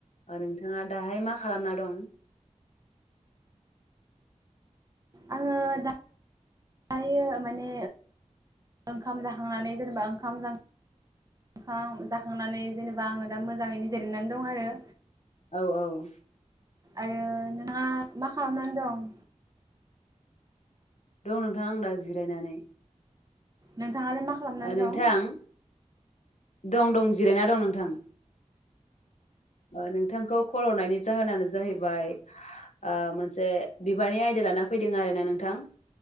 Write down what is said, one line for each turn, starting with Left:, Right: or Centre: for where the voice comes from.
Left: ओ नोंथाङा दाहाय मा खालामना दं?
Right: आङो दा दायो माने ओंखाम जाखांनानै जेनेबा ओंखाम जां ओंखां जाखांनानै जेनेबा आङो दा मोजाङैनो जिरायनानै दं आरो।
Left: औ औ।
Right: आरो नोंहा मा खालामनानै दं?
Left: दं नोंथां आं दा जिरायनानै।
Right: नों थाङालाय मा खालामनानै
Left: ओ नोंथां
Right: दं?
Left: दं दं जिरायना दं नोंथां। ओ नोंथांखौ खल हरनायनि जाहोनानो जाहैबाय ओ मोनसे बिबारनि आयदा लाना फैदों आरोना नोंथां।